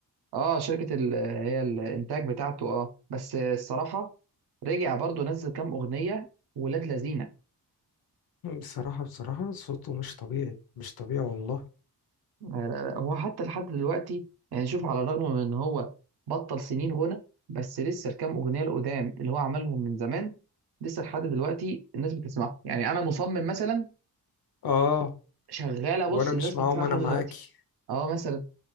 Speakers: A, on the right; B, on the left.
A: اه شركه ال... هي الانتاج بتاعته اه بس الصراحه رجع برضو نزل كام اغنيه ولاد لذينه
B: بصراحة بصراحة صوته مش طبيعي مش طبيعي والله
A: لا لا لا. هو حتى لحد دلوقتي يعني شوف على الرغم من ان هو بطل سنين غنى بس لسه الكام اغنيه القدام اللي هو عملهم من زمان لسه لحد دلوقتي الناس بتسمعها يعني انا مصمم مثلا
B: اه
A: شغاله بص
B: وانا
A: الناس
B: مش
A: بتسمعها
B: معاهم انا
A: لحد
B: معاكي
A: دلوقتي اه مثلا